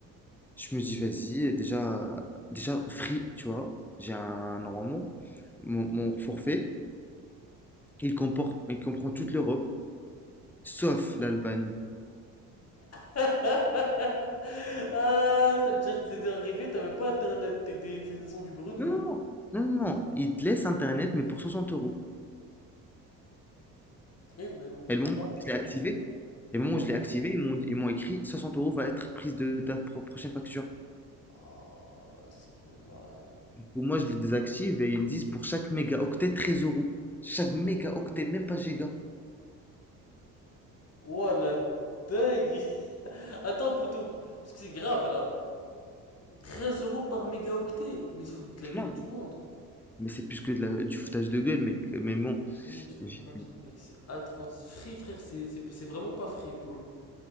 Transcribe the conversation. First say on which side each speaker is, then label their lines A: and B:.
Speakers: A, in the centre; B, on the left (about 30°).
A: Je me dis, vas-y, et déjà, déjà, Free, tu vois, j'ai un, normalement, mon, mon forfait, il comporte, il comprend toute l'Europe, sauf l'Albanie.
B: <laughs> Ah, ça veut dire que t'es arrivé, t'avais pas internet, t'es des, t'es des sons du bredouille.
A: Non, non, non, non, non, il te laisse Internet, mais pour 60 euros.
B: Oui, ben donc t'avais
A: Et le moment
B: pas internet.
A: où je l'ai activé, et le moment
B: Oh,
A: où je l'ai activé, ils m'ont ils m'ont écrit 60 euros va être prise de ta pro- prochaine facture.
B: Oh, ça fait mal.
A: Ou moi, je les désactive et ils disent pour chaque mégaoctet, 13 euros. Chaque mégaoctet, même pas giga.
B: Ouah, la dingue! <laughs> Attends, poto, parce que c'est grave là. 13 euros par mégaoctet, mais ils se foutent de la gueule
A: Non.
B: du monde.
A: Mais c'est plus que de la- du foutage de gueule, mec. Mais bon,
B: J'ai jamais vu ça
A: j'ai-
B: de ma vie, mec, c'est atroce. Free, frère, c'est c'est- c'est vraiment pas free pour le coup.